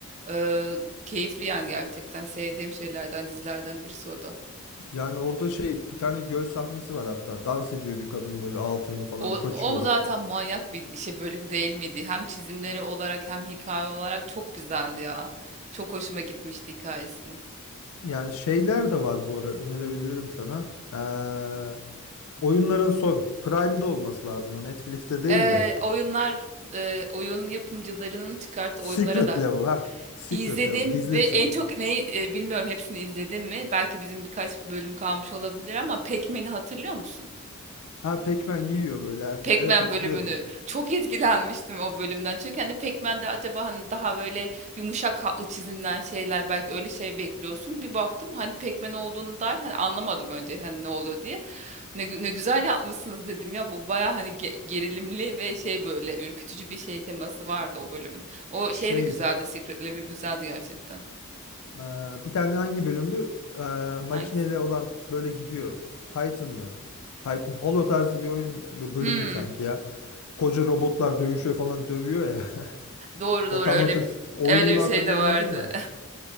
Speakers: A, on the right; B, on the left.
A: Ee, keyifli yani gerçekten sevdiğim şeylerden dizilerden birisi o da.
B: Yani orada şey bir tane göl sahnesi var hatta. Dans ediyor bir kadın böyle altınlı falan
A: O,
B: kaçıyor.
A: o zaten manyak bir şey bölüm değil miydi? Hem çizimleri olarak hem hikaye olarak çok güzeldi ya. Çok hoşuma gitmişti hikayesi.
B: Yani şeyler de var bu ara önerebilirim sana. Eee, oyunların son Prime'de olması lazım o Netflix'te değil
A: Ee,
B: de.
A: oyunlar e, oyun yapımcılarının çıkarttığı
B: Secret
A: oyunlara da
B: Level ha. Secret
A: İzledim
B: Level gizlisi.
A: ve en çok neyi e, bilmiyorum hepsini izledim mi? Belki bizim birkaç bölüm kalmış olabilir ama Pac-Man'i hatırlıyor musun?
B: Ha Pac-Man yiyor böyle herkes.
A: Pac-Man
B: Evet hatırlıyorum.
A: bölümünü. Çok etkilenmiştim o bölümden. Çünkü hani Pac-Man'de acaba hani daha böyle yumuşak hatlı çizimler şeyler belki öyle şey bekliyorsun. Bir baktım hani Pac-Man olduğunu dair hani anlamadım önce hani ne oluyor diye. Ne, gü- ne güzel yapmışsınız dedim ya bu baya hani ge- gerilimli ve şey böyle ürkütücü bir şey teması vardı o bölümün. O
B: Şey
A: şey de güzeldi Secret Level güzeldi gerçekten.
B: e, bir tane hangi bölümdü? E, makineli
A: Hangisi?
B: olan böyle gidiyor. Titan mı? Titan Halo tarzı bir oyun bir bölümdü
A: Hmm,
B: sanki ya. Koca robotlar dövüşüyor falan dövüyor ya. <laughs>
A: doğru doğru
B: Ya tam
A: öyle
B: hatır
A: bir
B: oyununu
A: öyle bir şey
B: hatırlayamadım
A: de vardı.
B: da.